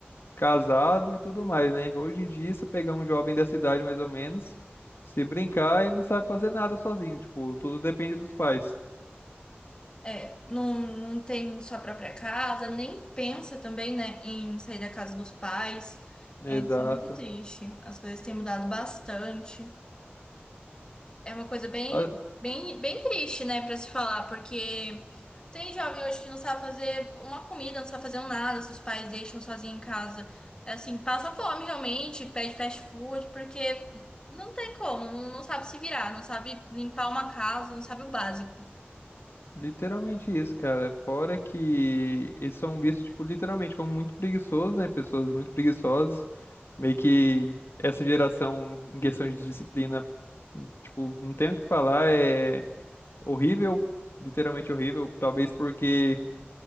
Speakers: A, on the left (about 70°); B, on the left (about 20°).
A: casado e tudo mais, né? Hoje em dia, se pegar um jovem dessa idade mais ou menos, se brincar, ele não sabe fazer nada sozinho, tipo, tudo depende dos pais.
B: É, não, não tem sua própria casa, nem pensa também, né, em sair da casa dos pais.
A: Exato.
B: É, isso é muito triste. As coisas têm mudado bastante. É uma coisa bem,
A: Ah,
B: bem, bem triste, né, pra se falar, porque tem jovem hoje que não sabe fazer uma comida, não sabe fazer um nada, se os pais deixam sozinho em casa. É Assim, passa fome realmente, pede fast food, porque não tem como, não, não sabe se virar, não sabe limpar uma casa, não sabe o básico.
A: Literalmente isso, cara. Fora que eles são vistos, tipo, literalmente como muito preguiçosos, né? Pessoas muito preguiçosas. Meio que essa geração, em questão de disciplina, tipo, não tem o que falar, é horrível, literalmente horrível. Talvez porque